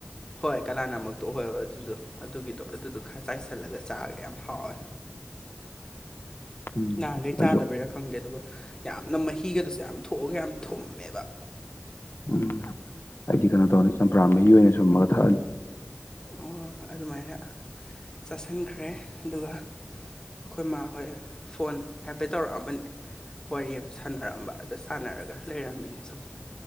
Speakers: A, on the left; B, on the left.
A: ꯍꯣꯏ ꯀꯂꯥꯅꯃꯛꯇꯣ ꯑꯣꯏꯍꯕ ꯑꯗꯨꯗꯣ ꯑꯗꯨꯒꯤꯗꯣ ꯑꯗꯨꯗꯣ ꯈꯔ ꯆꯥꯏꯁꯤꯜꯂꯒ ꯆꯥꯔꯒ ꯌꯥꯝ ꯍꯥꯎꯋꯦ
B: ꯎꯝ
A: ꯅꯍꯥꯟꯈꯩ
B: ꯑꯩꯁꯨ
A: ꯆꯥꯗꯕꯩꯔꯥ ꯈꯪꯗꯦ ꯑꯗꯨꯒ ꯌꯥꯝꯅ ꯃꯍꯤꯒꯗꯨꯁꯨ ꯌꯥꯝ ꯊꯣꯛꯑꯒ ꯌꯥꯝ ꯊꯨꯝꯃꯦꯕ
B: ꯎꯝ ꯑꯩꯗꯤ ꯀꯩꯅꯣ ꯇꯧꯔꯅꯤ ꯆꯝꯄ꯭ꯔꯥ ꯃꯍꯤ ꯑꯣꯏꯅ ꯁꯨꯝꯃꯒ ꯊꯛꯑꯅꯤ
A: ꯑꯣ ꯑꯗꯨꯃꯥꯏꯅ ꯆꯥꯁꯤꯟꯈ꯭ꯔꯦ ꯑꯗꯨꯒ ꯑꯩꯈꯣꯏ ꯃꯥ ꯍꯣꯏ ꯐꯣꯟ ꯍꯥꯏꯐꯦꯠ ꯇꯧꯔꯛꯑꯝꯕꯅꯤ ꯋꯥꯔꯤ ꯑꯃ ꯁꯥꯟꯅꯔꯝꯕ ꯑꯗ ꯁꯥꯟꯅꯔꯒ ꯂꯩꯔꯝꯃꯤꯅꯦ ꯁꯨꯝ